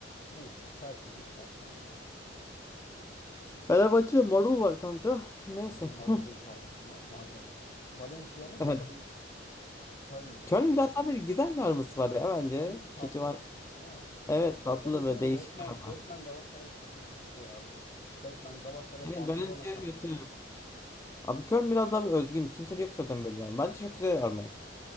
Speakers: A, on the left; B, on the left.
A: Neyse Chelsea diyorum Chelsea iyi ya.
B: Fenerbahçe'de marul var kanka. Neyse.
A: Mar Marul
B: <laughs>
A: değil kardeşim o. Maydanoz. Valencia mı
B: Yani
A: Köln, Köln mü?
B: Köln biraz daha böyle güzel bir arması var ya bence.
A: Köln'ünki tatlı
B: Keçivan.
A: değil mi?
B: Evet tatlı
A: Valencia'nın
B: ve değişik
A: Batman
B: bir arma.
A: Batman Galatasaray çakması bir şey ya bu. Batman Galatasaray
B: Evet
A: Barcelona
B: Balenciaga
A: çakması.
B: kötü. Abi Köln biraz daha bir özgün. Kimse de yok zaten böyle bir arma. Bence çok güzel bir arma.